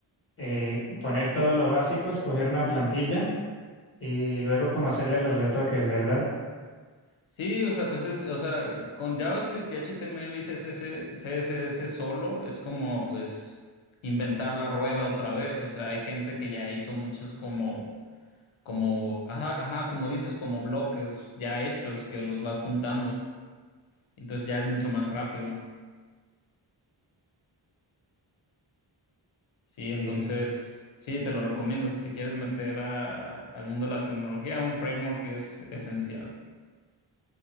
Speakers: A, on the left; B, on the left.
A: eh, poner todo lo básico, escoger una plantilla y luego como hacerle los retoques, ¿verdad?
B: Sí, o sea, pues es, o sea, con JavaScript y HTML y CSS, CSS solo es como pues inventar la rueda otra vez. O sea, hay gente que ya hizo muchos como, como, ajá, ajá, como dices, como bloques ya hechos que los vas juntando. Entonces ya es mucho más rápido. Sí, entonces,
A: Y
B: sí, te lo recomiendo si te quieres meter a- al mundo de la tecnología, un framework es esencial.